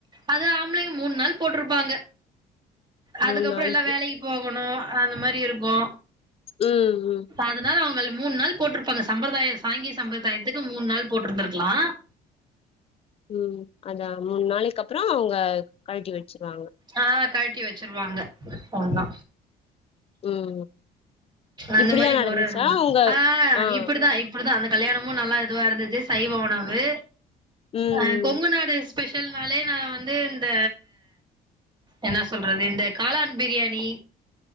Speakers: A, on the right; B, on the left.
A: அது ஆம்பளைங்க, மூண் நாள் போட்டிருப்பாங்க.
B: மூணு
A: அதுக்கப்புறோ
B: நாளைக்கு
A: எல்லா வேலைக்கு போகணு அந்த மாரி இருக்கு
B: ம் ம்
A: அதனால அவுங்கள் மூண் நாள் போட்டிருப்பாங்க, சம்பிரதாய சாங்கிய சம்பிரதாயத்துக்கு மூண் நாள் போட்டிருந்திருக்கலா
B: உம், அதா மூண் நாளைக்கு அப்புறோ அவுங்க கழட்டி வெச்சிருவாங்க.
A: ஆஹ், கழட்டி வெச்சிருவாங்க அதா
B: ம்
A: அந்த
B: இப்டிதா
A: மாரி
B: நடந்துச்சா
A: முற
B: உங்க
A: ஆஹ்
B: ஆ
A: இப்படிதா இப்படிதா அந்த, கல்யாணமும், நல்லா இதுவா இருந்தது சைவ உணவு,
B: ம்
A: அஹ், கொங்கு
B: ம்
A: நாடு ஸ்பெஷல்னாலே நா வந்து இந்த, என்னா சொல்றது. இந்த காளான் பிரியாணி,